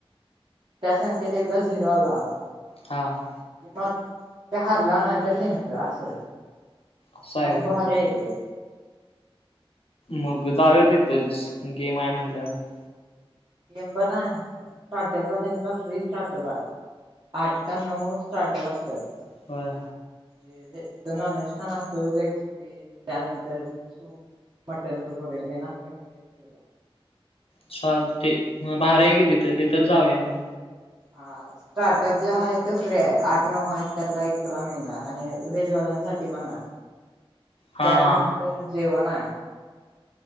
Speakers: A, on the right; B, on the left.
A: त्या संख्येत एकदा झिरो आला
B: हां <unintelligible>
A: मग त्याहारला ना तरी जिगतोय असं
B: असं आहे
A: मग
B: व्हय
A: भारी ते
B: मग दाव्या देतच गेम आहे म्हणल्यावर <unintelligible>
A: ीम पण आहे आणि स्टार्टअप ला त्यांचा फ्री स्टार्टअप आहे आठ का नऊ स्टार्टअप असत्यात
B: होय
A: म्हे तो नश खाना असतो र त्यानंतर सूप मटन सूप वगैरे तेन असतय महिती का तुला
B: चाल ते मग बाहेर आहे कि तिथं तिथंच जाऊया मग
A: ह <unintelligible> स्टार्टअप जे आहे तेो फ्री आहे आठ नऊ आहेत त्यातला एक तुला महिना आणि वेजवाल्यांसाठी पण आहे
B: हा
A: त्यानंतर
B: हा
A: जेवण आहे <unintelligible>